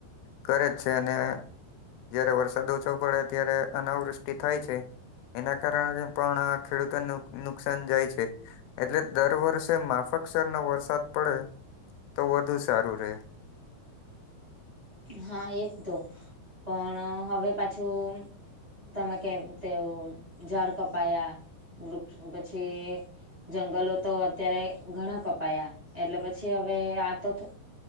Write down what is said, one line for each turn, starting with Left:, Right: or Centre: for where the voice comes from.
Left: કરે જ છે અને જયારે વરસાદ ઓછો પડે ત્યારે અનાવૃષ્ટિ થાય છે. એના કારણે પણ આ ખેડૂતોને નુક નુકસાન જાય છે. એટલે દર વર્ષે માફકસરનો વરસાદ પડે તો વધુ સારું રે.
Right: હા એજ તો પણ હવે પાછું તમે કેમ તેઓ ઝાડ કપાયા વૃક્ષ પછી જંગલો તો અત્યારે ઘણા કપાયા એટલે પછી હવે આ તો થ